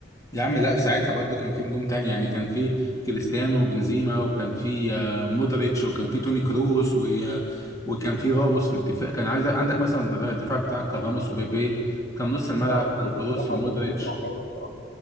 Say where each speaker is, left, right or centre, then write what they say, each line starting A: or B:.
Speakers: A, on the left (about 20°); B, on the left (about 65°).
A: يا عم لا في ساعتها برضو كان في نجوم تاني يعني كان في كريستيانو وبنزيما وكان في آه، مودريتش وكان في توني كروس و... آه، وكان في راموس في الدفاع كان عايز عندك مثلا الدفاع بتاعك كان راموس وبيبي كان نص الملعب
B: اه
A: كان
B: دول
A: كروس
B: بصراحه
A: ومودريتش
B: الاثنين دول كانوا على طاوله بصراحه